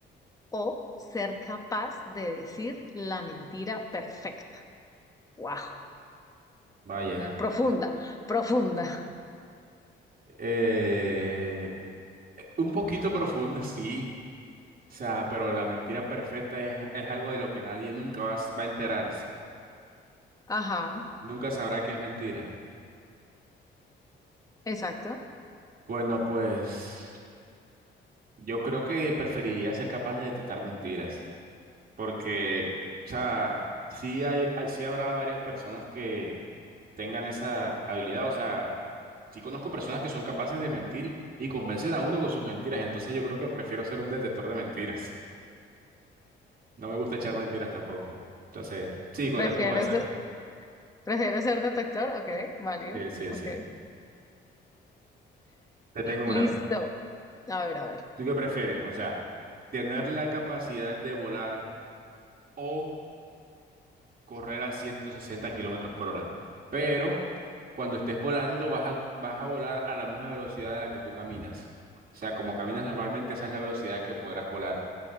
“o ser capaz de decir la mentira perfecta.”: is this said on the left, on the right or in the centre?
Left